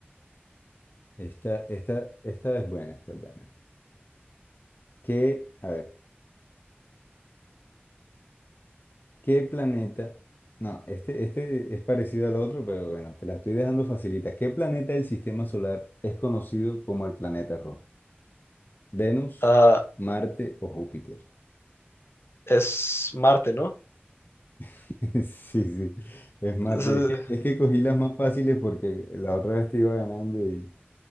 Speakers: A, on the left; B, on the left.
A: Esta, esta, esta es buena, esta es buena. Que, a ver. ¿Qué planeta? No, este, este es parecido al otro, pero bueno, te la estoy dejando facilita. ¿Qué planeta del sistema solar es conocido como el planeta rojo? ¿Venus,
B: Ah,
A: Marte o Júpiter?
B: es Marte, ¿no?
A: <laughs> Sí, sí, es Marte.
B: Es, eh,
A: Es que, es que cogí las más fáciles porque la otra vez te iba ganando y,